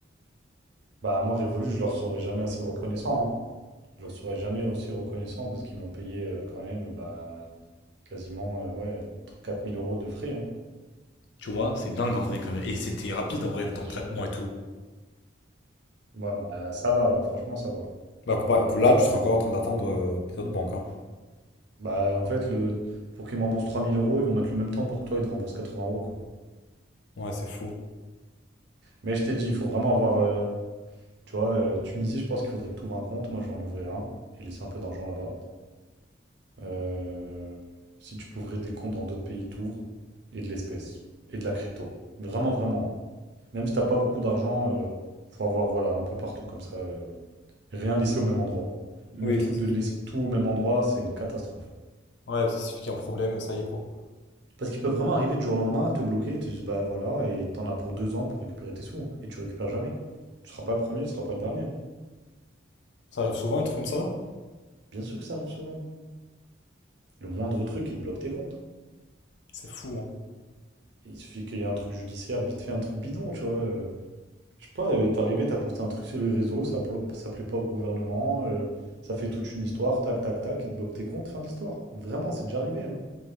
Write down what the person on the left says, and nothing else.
Tu vois, c'est dingue en vrai quand même. Et c'était rapide en vrai,
le
temps de
traitement et tout.
Bah, comparé- là, tu serais encore en train d'attendre euh, les autres banques, hein.
Ouais, c'est fou.
Oui,
ça, c'est
sûr.
Ouais, parce qu'il suffit qu'il y ait un problème, ça y est, quoi.
Ça arrive souvent, un truc comme ça?
C'est fou, hein.